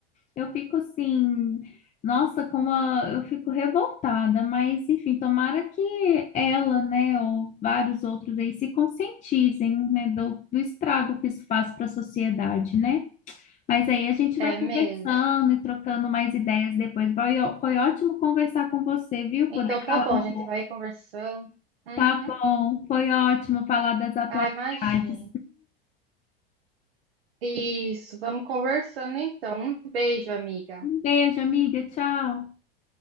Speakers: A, on the left; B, on the right.
A: Eu fico assim, nossa, como a- eu fico revoltada, mas enfim, tomara que ela, né, ou vários outros aí se conscientizem, né, do, do estrago que isso faz para a sociedade, né? Mas aí a gente
B: É
A: vai conversando
B: mesmo.
A: e trocando mais ideias depois. Foi, ó- foi ótimo conversar com você, viu?
B: Então
A: Poder
B: tá
A: falar
B: bom,
A: um
B: a gente
A: pouco.
B: vai conversando. Uhum.
A: Tá bom, foi ótimo falar das atualidades.
B: Ah, imagina. Isso, vamos conversando então. Um beijo, amiga.
A: Um beijo, amiga, tchau.